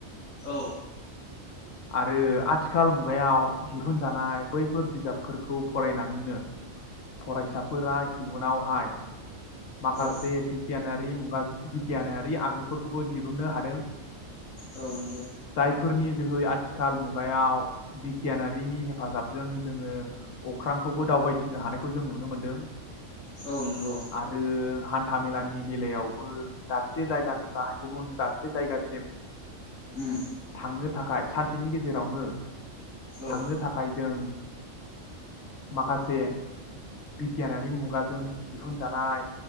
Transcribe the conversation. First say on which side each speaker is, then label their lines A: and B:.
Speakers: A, on the left; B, on the left.
A: औ।
B: आरो आथिखाल मुगायाव दिहुनजानाय बैफोर बिजाब फोरखौ फरायनानैनो फरायसाफोरा इयुनावहाय माखासे
A: औ
B: बिगियानारि मुगा बिगियानारि आगजुफोरखौबो दिरुननो हादों।
A: औ नंगौ।
B: जायफोरनि जोहै आथिखाल मुगायाव बिगियानारिनि हेफाजाबजों जोङो अख्रांखौबो दावबायदिंनो हानायखौ जों नुनो मोनदों
A: औ नंगौ।
B: आरो हान्था मेलानि बेलायावबो दाबसे जायगानिफाय गुबुन दाबसे जायगासिम
A: उम
B: थांनो थाखाय सानसेनि गेजेरावनो
A: औ
B: थांनो थाखाय जों माखासे बिगियानारि मुगाजों दिहुनजानाय